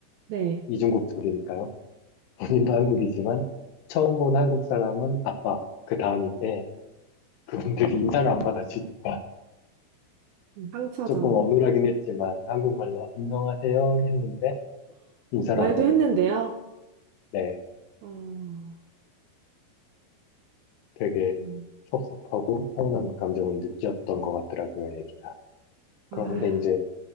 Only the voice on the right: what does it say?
네,
음, 상처죠.
말도
했는데요.
어,
음,
아,